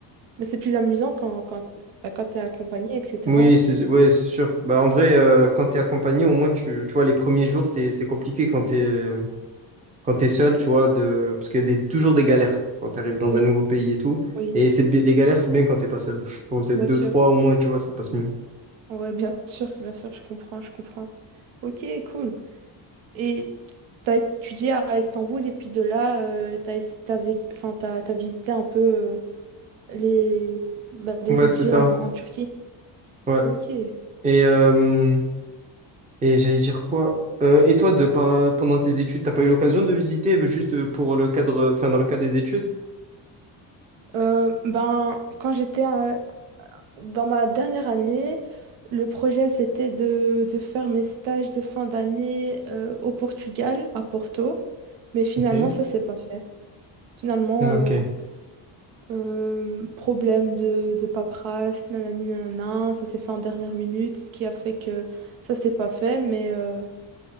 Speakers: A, on the right (about 80°); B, on the right (about 15°).
A: Mais c'est plus amusant quand, quand, bah, quand t'es accompagné, etc.
B: Oui, c'est ouais, c'est sûr. Bah, en vrai, euh, quand tu es accompagné, au moins, tu, tu vois, les premiers jours, c'est c'est compliqué quand tu es, quand t'es seul, tu vois, de... parce qu'il y a des- toujours des galères quand t'arrives dans
A: Oui,
B: un nouveau pays et tout.
A: oui,
B: Et c'est bi- les galères, c'est bien quand t'es pas seul. <laughs> Quand vous êtes
A: bien
B: deux,
A: sûr.
B: trois au moins, tu vois, ça passe mieux.
A: Ouais, bien sûr, bien sûr, je comprends, je comprends. Ok, cool. Et t'as étudié à Istanbul et puis de là, euh, t'as, ess- t'as vécu- enfin, t'as, t'as visité un peu euh, les, bah, les
B: Ouais,
A: autres
B: c'est
A: villes
B: ça.
A: en, en Turquie.
B: Ouais.
A: Ok.
B: Et, euh, et j'allais dire quoi? Euh, et toi, de, pas- pendant tes études, t'as pas eu l'occasion de visiter euh, juste euh, pour le cadre, enfin, dans le cadre des études?
A: Euh, ben, quand j'étais à, Dans ma dernière année, le projet c'était de, de faire mes stages de fin d'année euh, au Portugal, à Porto, mais finalement
B: Ok.
A: ça s'est pas fait. Finalement,
B: Ah,
A: euh,
B: ok.
A: euh, problème de, de paperasse, nanani nanana, ça s'est fait en dernière minute, ce qui a fait que ça s'est pas fait, mais, euh,